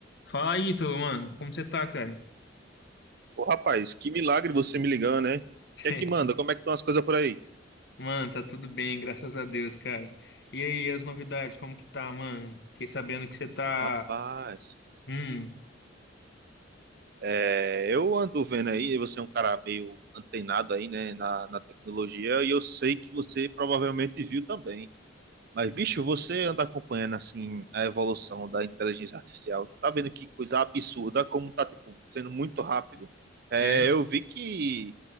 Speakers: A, on the left; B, on the right.
A: Fala aí, tudo, mano. Como você tá, cara?
B: Ô, rapaz, que milagre você me ligando, né? O
A: <laughs>
B: que é que manda? Como é que estão as coisas por aí?
A: Mano, tá tudo bem, graças a Deus, cara. E aí, as novidades, como que tá, mano? Fiquei sabendo que você tá.
B: Rapaz,
A: Hum.
B: é, eu ando vendo aí, você é um cara meio antenado aí, né, na, na tecnologia, e eu sei que você provavelmente viu também. Mas, bicho, você anda acompanhando, assim, a evolução da inteligência artificial. Tá vendo que coisa absurda, como tá, tipo, sendo muito rápido. É,
A: É, é,
B: eu vi que